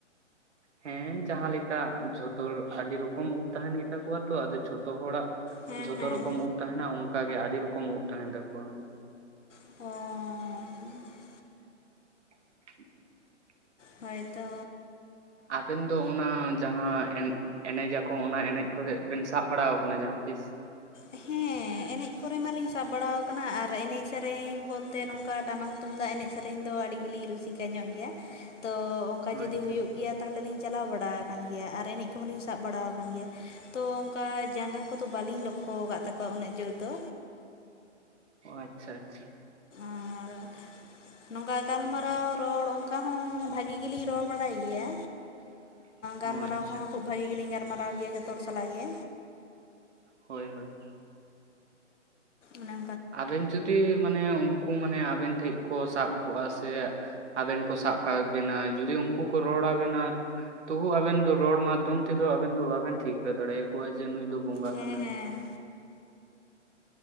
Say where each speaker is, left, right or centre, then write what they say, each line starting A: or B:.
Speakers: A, on the right; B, on the left.
A: ᱦᱮᱸ ᱡᱟᱦᱟᱸᱮ ᱞᱮᱠᱟ ᱡᱷᱚᱛᱚ ᱟᱹᱰᱤ ᱨᱚᱠᱚᱢ ᱩᱵ ᱛᱟᱦᱮᱱ ᱜᱮᱛᱟ ᱠᱚᱣᱟ ᱛᱚ ᱟᱫᱚ ᱡᱷᱚᱛᱚ ᱦᱚᱲᱟᱜ
B: ᱦᱮᱸ
A: ᱡᱷᱚᱛᱚ
B: ᱦᱮᱸ
A: ᱨᱚᱠᱚᱢ ᱩᱵ ᱛᱟᱦᱮᱱᱟ ᱚᱱᱠᱟ ᱜᱮ ᱟᱹᱰᱤ ᱨᱚᱠᱚᱢ ᱩᱵ ᱛᱟᱦᱮᱱ ᱛᱟᱠᱚᱣᱟ
B: ᱟᱨ
A: <inaudible>
B: ᱦᱳᱭᱛᱚ
A: ᱟᱵᱮᱱ ᱫᱚ ᱚᱱᱟ ᱡᱟᱦᱟᱸ ᱮᱱ ᱮᱱᱮᱡ ᱟᱠᱚ ᱚᱱᱟ ᱮᱱᱮᱡ ᱠᱚᱨᱮ ᱵᱮᱱ ᱥᱟᱵ ᱵᱟᱲᱟ ᱟᱠᱟᱱᱟ ᱡᱟᱦᱟᱸ ᱛᱤᱥ <inaudible>
B: ᱦᱮᱸ ᱮᱱᱮᱡ ᱠᱚᱨᱮ ᱢᱟᱞᱤᱧ ᱥᱟᱵ ᱵᱟᱲᱟ ᱟᱠᱟᱱᱟ ᱟᱨ ᱮᱱᱮᱡ ᱥᱮᱨᱮᱧ ᱵᱚᱞᱛᱮ ᱱᱚᱝᱠᱟ ᱴᱟᱢᱟᱠ ᱛᱩᱢᱫᱟᱜ ᱮᱱᱮᱡ ᱥᱮᱨᱮᱧ ᱫᱚ ᱟᱹᱰᱤ ᱜᱮᱞᱤᱧ ᱨᱩᱥᱤᱠᱟ ᱧᱚᱜ ᱜᱮᱭᱟ ᱛᱚ ᱚᱱᱠᱟ
A: ᱚ
B: ᱡᱩᱫᱤ
A: ᱟᱪᱪᱷᱟ
B: ᱦᱩᱭᱩᱜ
A: ᱟᱪᱪᱷᱟ
B: ᱜᱮᱭᱟ ᱛᱟᱦᱚᱞᱮ ᱞᱤᱧ ᱪᱟᱞᱟᱣ ᱵᱟᱲᱟ ᱟᱠᱟᱱ ᱜᱮᱭᱟ ᱟᱨ ᱮᱱᱮᱡ ᱠᱚᱦᱚᱸ ᱞᱤᱧ ᱥᱟᱵ ᱵᱟᱲᱟ ᱟᱠᱟᱱ ᱜᱮᱭᱟ ᱛᱚ ᱚᱱᱠᱟ ᱡᱟᱸᱜᱟ ᱠᱚᱫᱚ ᱵᱟᱹᱞᱤᱧ ᱞᱚᱠᱠᱷᱚ ᱟᱠᱟᱫ ᱛᱟᱠᱚᱣᱟ ᱩᱱᱟᱹᱜ ᱡᱳᱨ ᱫᱚ
A: ᱚ ᱟᱪᱪᱷᱟ ᱟᱪᱪᱷᱟ
B: ᱟᱨ ᱱᱚᱝᱠᱟ ᱜᱟᱞᱢᱟᱨᱟᱣ ᱨᱚᱲ ᱚᱱᱠᱟ ᱦᱚᱸ ᱵᱷᱟᱜᱤ ᱜᱮᱞᱤᱧ ᱨᱚᱲ ᱵᱟᱲᱟᱭ ᱜᱮᱭᱟ
A: <inaudible>
B: ᱜᱟᱞᱢᱟᱨᱟᱣ
A: ᱚ ᱟᱪᱪᱷᱟ
B: ᱠᱚᱦᱚᱸ ᱠᱷᱩᱵ ᱵᱷᱟᱹᱜᱤ ᱜᱮᱞᱤᱧ ᱜᱟᱞᱢᱟᱨᱟᱣ ᱜᱮᱭᱟ ᱡᱷᱚᱛᱚ ᱦᱚᱲ ᱥᱟᱞᱟᱜ ᱜᱮ
A: ᱦᱳᱭ ᱦᱳᱭ
B: ᱚᱱᱟ
A: ᱟᱵᱮᱱ ᱡᱩᱫᱤ ᱢᱟᱱᱮ ᱩᱱᱠᱩ ᱢᱟᱱᱮ ᱟᱵᱮᱱ ᱴᱷᱮᱱ ᱠᱚ ᱥᱟᱵ ᱠᱚᱜᱼᱟ ᱥᱮ ᱟᱵᱮᱱ ᱠᱚ ᱥᱟᱵ ᱠᱟᱜ ᱵᱮᱤᱱᱟ ᱡᱩᱫᱤ ᱩᱱᱠᱩ ᱠᱚ ᱨᱚᱲ ᱟᱵᱮᱱᱟ ᱛᱚᱵᱩ ᱟᱵᱮᱱ ᱫᱚ ᱨᱚᱲ ᱢᱟᱫᱽᱫᱷᱚᱢ ᱛᱮᱫᱚ ᱟᱵᱮᱱ ᱫᱚ ᱵᱟᱵᱮᱱ ᱴᱷᱤᱠᱟᱹ ᱫᱟᱲᱮ ᱟᱠᱚᱣᱟ ᱡᱮ ᱱᱩᱭ ᱫᱚ ᱵᱚᱸᱜᱟ
B: ᱦᱮᱸ
A: ᱠᱟᱱᱟᱭ
B: ᱦᱮᱸ